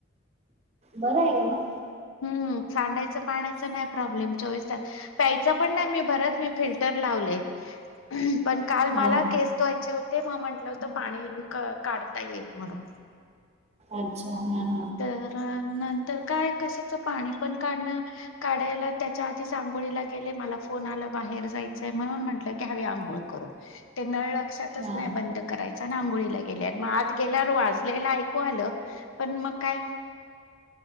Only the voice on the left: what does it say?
हम्म सांडाय चा पाण्याचा नाही प्रॉब्लेम चोवीस तास. प्यायचा पण नाही मी भर परत मी फिल्टर लावलय, पण काल
मला
केस धुवायचे होते. तेव्हा म्हंटलं होतं पाणी काढता येईल म्हणून.
तर नंतर काय कशाच पाणी पण काढणं, काढायला त्याच्या आधीच आंघोळीला गेले मला फोन आला बाहेर जायचंय म्हणून म्हंटलं घ्यावी आंघोळ करून ते नळ लक्षातच
नाही बंद करायचा न आंघोळीला गेले. गेले मग आत गेल्यावर वाजलेला ऐकू आलं पण मग काय?